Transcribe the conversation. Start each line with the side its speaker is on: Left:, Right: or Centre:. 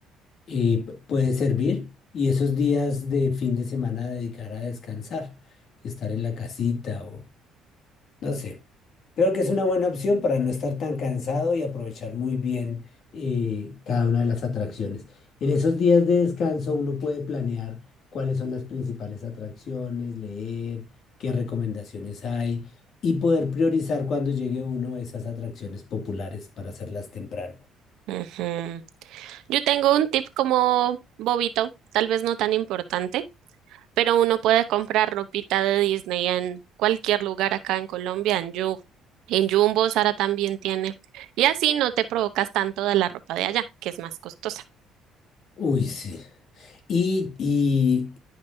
Left: eh, p- puede servir y esos días de fin de semana dedicar a descansar, estar en la casita no sé, creo que es una buena opción para no estar tan cansado y aprovechar muy bien eh, cada una de las atracciones. En esos días de descanso uno puede planear cuáles son las principales atracciones, leer qué recomendaciones hay y poder priorizar cuando llegue uno esas atracciones populares para hacerlas temprano.
Right: Ujú. Yo tengo un tip como bobito, tal vez no tan importante pero uno puede comprar ropita de Disney en cualquier lugar acá en Colombia, en Yu, en Jumbo, Sara también tiene. Y así no te provocas tanto de la ropa de allá, que es más costosa.
Left: Uy, sí. Y, y,